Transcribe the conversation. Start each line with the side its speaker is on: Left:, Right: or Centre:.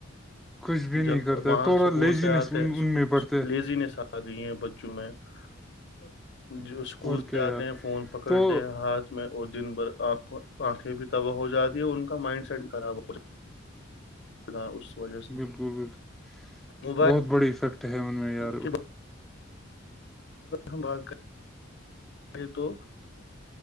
Centre: کچھ بھی نہیں
Left: جب
Centre: کرتا
Left: وہاں
Centre: ہے تھوڑا
Left: اسکول
Centre: لیزینس
Left: سے آتے
Centre: ان ان میں بڑھتا ہے
Left: لیزنیس آ ہیں بچوں میںجو اسکول
Centre: اور
Left: سے
Centre: کیا یار
Left: اتے ہیں فون پکڑتے
Centre: تو
Left: ہاتھ اس میں اور دن بھر آنکھیں بھی تباہ ہو جاتی ہیں اور ان کا مائنڈ سیٹ خراب ہو جاتی اس وجہ سے
Centre: بالکل بالکل
Left: موبائل
Centre: بہت بڑی افیکٹ ہے ان میں یار
Left: کے بارے ہم بات کریں یہ تو